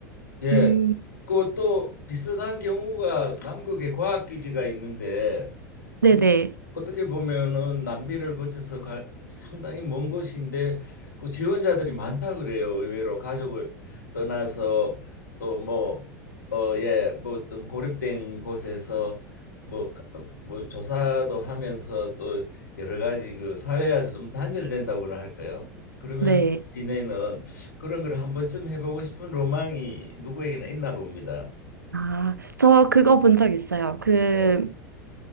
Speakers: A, on the left; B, on the right.
A: 예.
B: 음.
A: 그 또 비슷한 경우가 남극에 과학기지가 있는데 좀
B: 네네.
A: 어떻게 보면은 남미를 거쳐서 가, 상당히 먼 곳인데 그 지원자들이 많다 그래요. 의외로 가족을 떠나서 또 뭐 어 예 뭐 좀 고립된 곳에서 뭐 뭐 조사도 하면서 또 여러 가지 그 사회에서 좀 단절된다고나 할까요? 그러면서
B: 네.
A: 지내는 그런 걸 한 번쯤 해보고 싶은 로망이 누구에게나 있나 봅니다.
B: 아, 저 그거 본 적 있어요. 그,
A: 네.